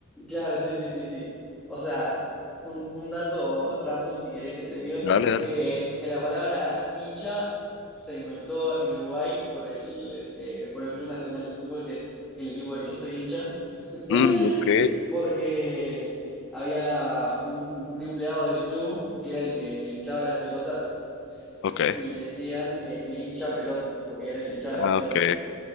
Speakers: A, in the centre; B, on the left.
A: claro, sí, sí, sí, sí. O sea, un, un dato random, si querés que te digo,
B: Dale, dale.
A: eh, la palabra hincha se inventó en Uruguay por el, eh, por el Club Nacional de Fútbol, que es el equipo del que yo soy hincha, <laughs>
B: Mm, ok.
A: porque había un, un empleado del club que era el que inflaba las pelotas
B: Ok.
A: y le decían eh, el hincha pelotas, porque era el que hinchaba
B: Ah,
A: las pelotas.
B: ok.